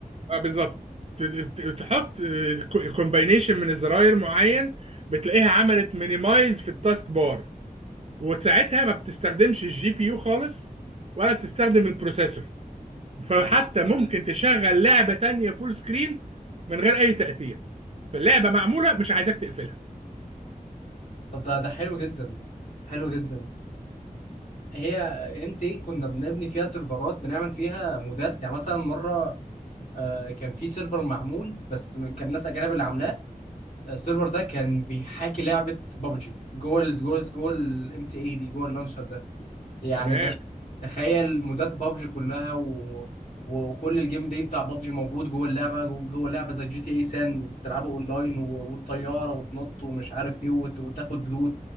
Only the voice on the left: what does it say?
طب ده-
طب ده ده حلو جدا حلو جدا هي انت إيه كنا بنبني فيها سيرفرات بنعمل فيها مودات يعني مثلا مره آه، كان في سيرفر معمول بس كان ناس اجانب اللي عاملاه السيرفر ده كان بيحاكي لعبه ببجي جوه ال جوه ال- جوه الام تي اي دي جوه اللانشر ده يعني
انت تخيل مودات بابجي كلها و... وكل الجيم بلاي بتاع بابجي موجود جوه اللعبه جو- جوه اللعبه زي جي تي اي سان بتلعبه اونلاين و... والطياره وتنط ومش عارف ايه وت... وتاخد لوت